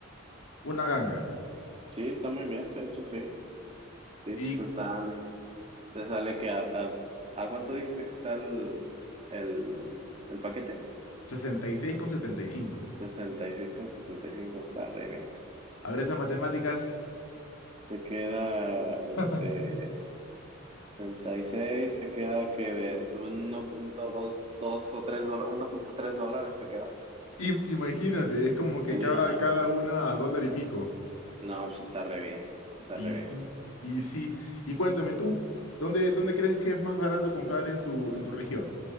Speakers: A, on the left; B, on the right.
A: una ganga.
B: Sí, está muy bien, de hecho sí. Sí,
A: Y
B: pues están, te sale que a, a, ¿a cuánto dijiste que está el, el, el paquete?
A: sesenta y seis con setenta y cinco
B: sesenta y y seis con setenta y cinco está re bien.
A: A ver esas matemáticas.
B: Te queda, este,
A: <laughs>
B: 66 te queda que de uno punto dos dos o 3 dólares, uno punto tres dólares te queda.
A: Im- Imagínate, es como que
B: Sí,
A: cada,
B: no,
A: cada una a dólar y pico.
B: no, pues está re bien, está
A: Y
B: re bien.
A: sí, y sí. Y cuéntame tú, ¿dónde, dónde crees que es más barato comprar en tu, en tu región?